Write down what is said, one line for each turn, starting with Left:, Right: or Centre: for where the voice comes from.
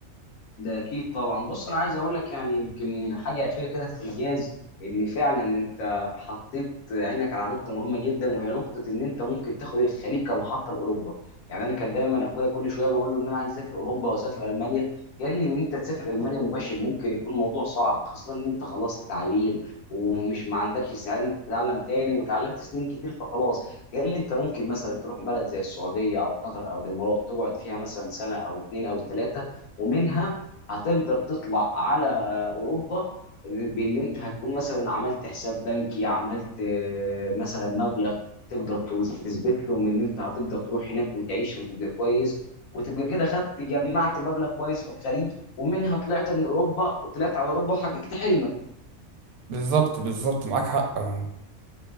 Left: ده اكيد طبعا بص انا عايز اقول لك يعني يمكن حاجه اخيره كده في الانجاز ان فعلا انت حطيت عينك على نقطه مهمه جدا وهي نقطه ان انت ممكن تاخد الخليج كمحطه لاوروبا يعني انا كان دايما اخويا كل شويه بقول له ان انا عايز اسافر اوروبا واسافر المانيا قال لي ان انت تسافر المانيا مباشر ممكن يكون الموضوع صعب خاصه ان انت خلصت تعليم ومش ما عندكش استعداد إنك تتعلم تاني وتعلمت سنين كتير فخلاص قال لي انت ممكن مثلا تروح بلد زي السعوديه او قطر او الامارات تقعد فيها مثلا سنه او اتنين او تلاته ومنها هتقدر تطلع على اوروبا بان انت هتكون مثلا عملت حساب بنكي عملت آه، مثلا مبلغ تقدر تثبت لهم ان انت هتقدر تروح هناك وتعيش وتبقى كويس وتبقى كده خدت جمعت مبلغ كويس في الخليج ومنها طلعت من اوروبا وطلعت على اوروبا وحققت حلمك
Right: بالظبط بالظبط معاك حق يا محمود.